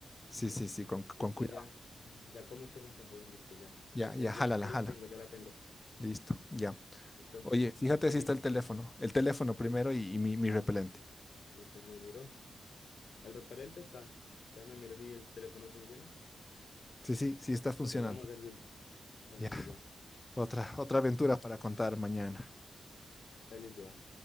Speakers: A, on the left; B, on the left.
A: Sí, sí, sí, con, con
B: listo,
A: cuidado.
B: ya, ya como que se encajó, listo, ya, ya,
A: Ya,
B: ya,
A: ya,
B: ya
A: jala, la
B: ya
A: jala.
B: la tengo, ya la tengo.
A: Listo, ya.
B: Listo,
A: Oye, fíjate
B: verifiquemos.
A: si está el teléfono. El teléfono primero y, y mi, mi repelente.
B: Listo, ya me miró. El repelente está. ya me miró si el teléfono funciona.
A: Sí, sí, sí está funcionando.
B: Nos salvamos, Sergio. Se
A: Ya,
B: encendió
A: otra, otra aventura para contar mañana.
B: Feliz día.